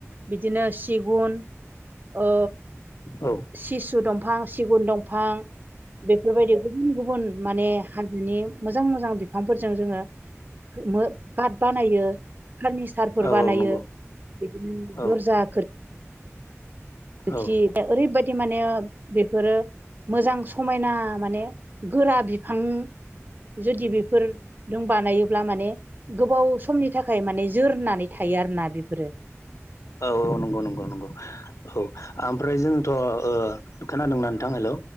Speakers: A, on the right (about 40°); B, on the left (about 75°).
A: बिदिनो सिगुन ओ
B: औ
A: सिसु दंफां सिगुन दंफां बेफोरबायदि गुबुन गुबुन माने हाजोनि मोजां मोजां मोजां बिफांफोरजों जोङो कारट बानायो फार्निसारफोर
B: औ
A: बानायो।
B: औ नंगौ
A: बिदिनो
B: औ
A: दरजा खोरखि लोखि
B: औ
A: ओरैबायदि माने बेफोरो मोजां समायना माने गोरा बिफां जुदि बेफोर नों बानायोब्ला माने गोबाव समनि थाखाय माने जोर होननानै थायो। थायो आरोना बेफोरो
B: औ औ नंगौ नंगौ नंगौ औ ओमफ्राय जोंथ' खोनादोंना नोंथां हेलौ